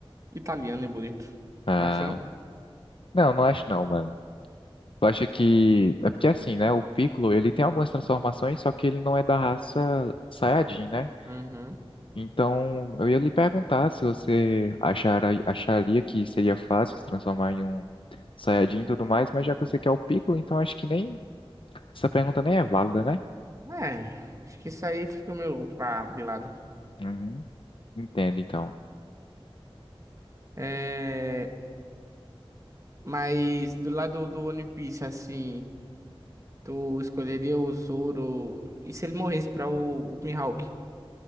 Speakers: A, on the right; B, on the left.
A: italiano e bonito.
B: Ah,
A: Não acha não?
B: não, não acho não, mano. Eu acho que... É porque assim, né? O Piccolo, ele tem algumas transformações, só que ele não é da raça Saiyajin, né?
A: Uhum.
B: Então, eu ia lhe perguntar se você achara, acharia que seria fácil se transformar em um Saiyajin e tudo mais, mas já que você quer o Piccolo, então acho que nem essa pergunta nem é válida, né?
A: É, acho que isso aí fica meio pra de lado.
B: Uhum. Entendo, então.
A: É, mas do lado do One Piece, assim, tu escolheria o Zoro. E se ele morresse pra o, o Mihawk?